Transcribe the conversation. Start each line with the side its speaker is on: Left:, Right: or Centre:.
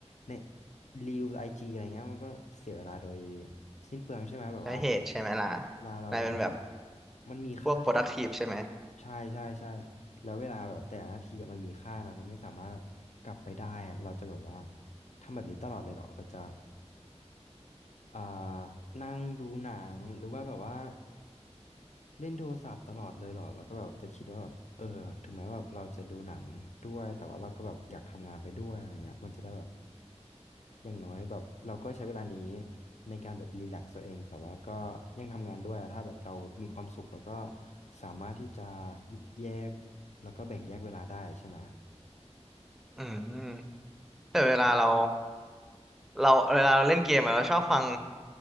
Left: ในรีวไอจีอะไรเงี้ยมันก็เสียเวลาโดยสิ้นเปลืองใช่ไหมแบบว่า
Centre: ใช่เหตุใช่ไหมล่ะ
Left: เวลาเราแบบว่า
Centre: นายเป็นแบบ
Left: มันมีค่า
Centre: พวก productive ใช่ไหม
Left: ใช่ใช่ใช่ แล้วเวลาแบบแต่ละนาทีอะมันมีค่านะเราไม่สามารถแบบกลับไปได้อะเราจะแบบว่าทำแบบนี้ตลอดเลยเหรอเราจะ อ่านั่งดูหนังหรือว่าแบบว่าเล่นโทรศัพท์ตลอดเลยเหรอแล้วก็แบบจะคิดว่าแบบเออถึงแม้แบบเราจะดูหนังด้วยแต่ว่าเราก็แบบอยากทำงานไปด้วยอะไรเงี้ยมันจะได้แบบอย่างน้อยแบบเราก็ใช้เวลานี้ในการแบบรีแลกซ์ตัวเองแต่ว่าก็ยังทำงานด้วยถ้าแบบเรามีความสุขแล้วก็สามารถที่จะแยกแล้วก็แบ่งแยกเวลาได้ใช่ไหม
Centre: อืมแต่เวลาเรา
Left: ใช่
Centre: เราเวลาเราเล่นเกมอะเราชอบฟัง